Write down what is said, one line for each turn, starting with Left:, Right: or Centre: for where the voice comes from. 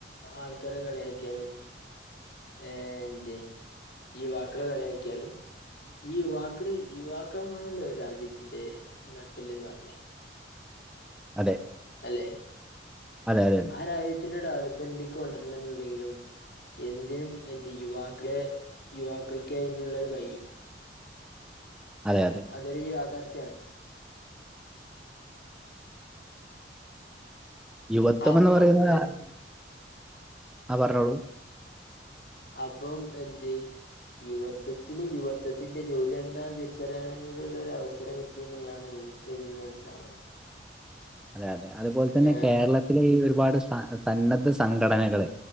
Left: ആൾക്കാരെ കളിയാക്കിയാലും ഏഹ് എന്ത് യുവാക്കള് കളിയാക്കിയാലും ഈ യുവാക്കളിൽ യുവാക്കളണല്ലോ രാജ്യത്തിൻ്റെ നട്ടലന്ന് പറഞ്ഞേ.
Centre: അതെ.
Left: അല്ലെ
Centre: അതെ അതെ അതെ
Left: ആ രാജ്യത്തിന്റെ ഡെവലപ്മെന്റ്ലേക്ക് കൊണ്ടരെന്നുണ്ടെങ്കിലും എന്തിനും എന്ത് യുവാക്കളെ യുവാക്കൾക്ക് അതിനുള്ളത് കഴിയും.
Centre: അതെ അതെ.
Left: അതരു യാഥാർത്ഥ്യമാണ്.
Centre: യുവത്വം
Left: അപ്പം
Centre: എന്ന് പറയുന്നത്
Left: എന്ത്
Centre: ആ പറഞ്ഞോളൂ.
Left: അപ്പം എന്തേ യുവത്വത്തിന് യുവത്വത്തിന്റെ ജോലി എന്താെന്ന് തിരിച്ചറിയാനും കൂടിയുള്ള ഒരു അവസരം കിട്ടിയ എന്നുള്ളതാണ് കരിയറ് ബെസ്റ്റാണ്
Centre: അതെ അതെ അതുപോലെ തന്നെ
Left: ഏ
Centre: കേരളത്തിലെ ഈ ഒരുപാട് സ സന്നദ്ധ സംഘടനകള്